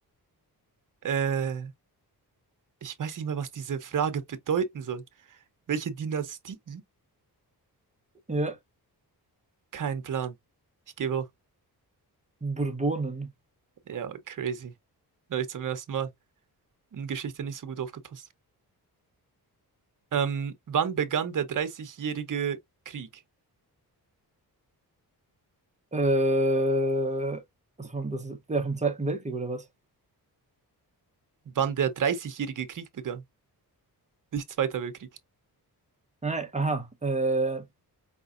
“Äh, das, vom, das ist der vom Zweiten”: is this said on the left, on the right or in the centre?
Right